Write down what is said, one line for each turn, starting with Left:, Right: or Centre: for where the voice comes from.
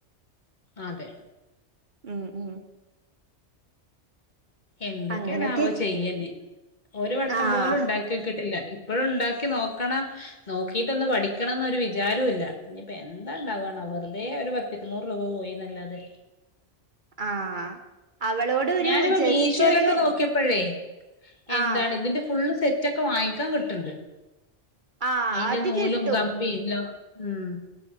Left: അതെ
Right: ഉം ഉം
Left: എന്തൊക്കേണാവൊ
Right: അങ്ങനൊക്കെ
Left: ചെയ്യഞ്. ഒരു വട്ടം
Right: ആഹ്
Left: പോലുംണ്ടാക്യോക്കിട്ടില്ല പ്പളുംണ്ടാക്കി നോക്കണം, നോക്കിട്ടൊന്ന് പഠിക്കണംന്നൊരു വിചാരൂല്ല ഞ്ഞി പ്പഎന്താ ണ്ടാവുണാവോ വെറുതെ ഒരു പത്ത് ഇരുനൂറ് രൂപ പോയിന്നല്ലാതെ
Right: ആഹ് അവളോട് ഒരു
Left: ഞാനിപ്പോ
Right: ജസ്റ്റ്
Left: മീശോയിലൊക്കെ
Right: ഒരു
Left: നോക്കിയപ്പഴേ എന്താണ്
Right: ആഹ്
Left: തിന്റെ ഫുള്ള് സെ റ്റൊക്കെ വാങ്ങിക്കാൻ കിട്ട്ണ്ട്.
Right: ആഹ്
Left: അയ്ന്റെ
Right: അത്
Left: നൂലും
Right: കിട്ടും
Left: കമ്പിം ലോ ഉം